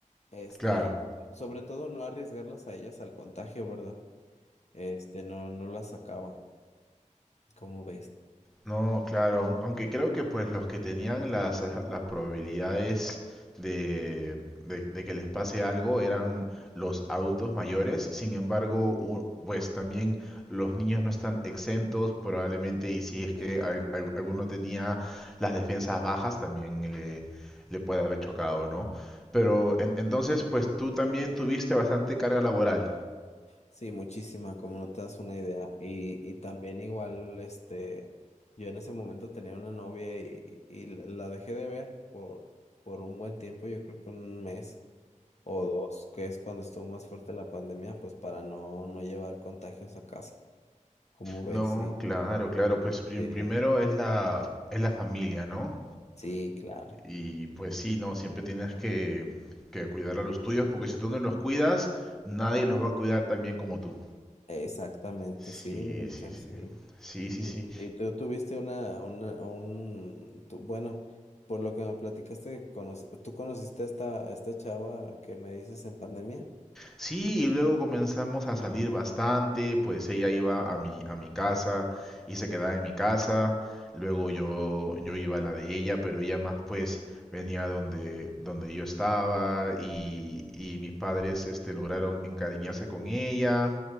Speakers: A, on the left; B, in the centre.
A: este,
B: Claro.
A: y sobre todo no arriesgarlas a ellas al contagio, ¿verdad? Este, no, no las sacaba, como ves.
B: No, claro. aun- Aunque creo que pues los que tenían las, eh, las probabilidades de, de, de que les pase algo eran los adultos mayores. Sin embargo, u- pues también los niños no están exentos probablemente y si es que
A: sí.
B: al- al- alguno tenía las defensas bajas también le, le puede haber chocado, ¿no? Pero en- entonces pues tú también tuviste bastante carga laboral.
A: Sí, muchísima, como no te das una idea. Y, y también igual, este, yo en ese momento tenía una novia y, y- y la la dejé de ver por, por un buen tiempo, yo creo que un mes o dos, que es cuando estuvo más fuerte la pandemia, pues para no, no llevar contagios a casa. ¿Cómo ves?
B: No,
A: Sí,
B: claro, claro, pues prim-
A: sí,
B: primero es la, es la familia, ¿no?
A: sí, claro.
B: Y pues sí, no, siempre tienes que, que cuidar a los tuyos, porque si tú no los cuidas, nadie los va a cuidar tan bien como tú.
A: Exactamente,
B: Sí,
A: sí, de hecho,
B: sí, sí.
A: sí.
B: Sí, sí,
A: Y,
B: sí.
A: y tú tuviste una, una, un, tú- bueno, por lo que me platicaste, que conoci- ¿tú conociste a esta, a esta chava que me dices en pandemia?
B: Sí, y luego comenzamos a salir bastante, pues ella iba a mi, a mi casa y se quedaba en mi casa, luego yo, yo iba a la de ella, pero ella más pues venía donde, donde yo estaba y, y mis padres este, lograron encariñarse con ella,